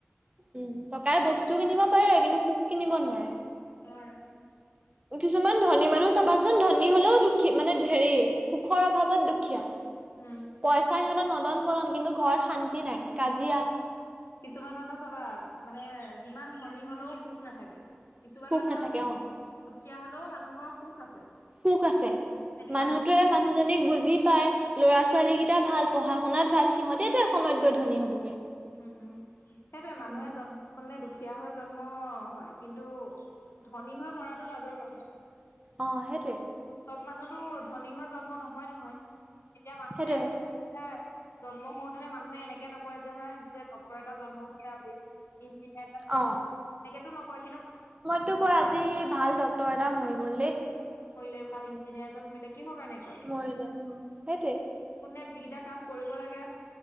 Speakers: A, on the right (about 30°); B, on the left (about 80°).
A: উম টকাই বস্তু কিনিব পাৰে কিন্তু পোক কিনিব নোৱাৰে
B: নোৱাৰ
A: কিছুমান ধনী মানুহ চাবাচোন ধনী হলেও দুখী মানে ধেৰি সুখৰ অভাৱত দুখীয়া
B: উম
A: পইচা
B: চব
A: সিহঁতৰ নদন বদন কিন্তু ঘৰত শান্তি নাই কাজিয়া
B: কিছুমান মানুহ চাবা মানে যিমান ধনী হলেও সুখ নাথাকে কিছুমান
A: সুখ
B: মানুহৰ
A: নাথাকে অ,
B: দুখীয়া হলেও মানুহ ঘৰৰ সুখ আছে
A: সুখ আছে
B: তেনেকুৱা
A: মানুহটোৱে
B: নিচিনা।
A: মানুহজনীক বুজি পাই ল'ৰা ছোৱালী কেইটা ভাল পঢ়া শুনাত ভাল, সিহঁতেতটো এসময়ত গৈ ধনী হবগে
B: উম, উম, সেইটোয়ে মানুহে
A: উম,
B: যত মে দুখীয়া হৈ জন্ম হয়, কিন্তু ধনী হৈ মৰাটো লাজৰ কথা
A: অ', হে
B: চব মানুহতো ধনী হৈ জন্ম নহয় নহয় এতিয়া মানুহে
A: সেইটোৱে
B: এ জন্ম হওঁতেনে মানুহে এনেকে নকয় যে, হা যে ডওৰ এটা জন্ম উে আজি এ
A: অ,
B: তেনেকেতো নকয় কিন্তু
A: সটো কৈ আজি ভাল ড্ক্তৰ এটা মৰি গ'ল দেই
B: মলে ভাল ইঞ্জিনিয়াৰ এজন মৰিলে কি হ কাৰণে কয়
A: মৰিলে, অ', সেইটোয়ে
B: কোনে যিকেইটা কাম কৰিব লাগে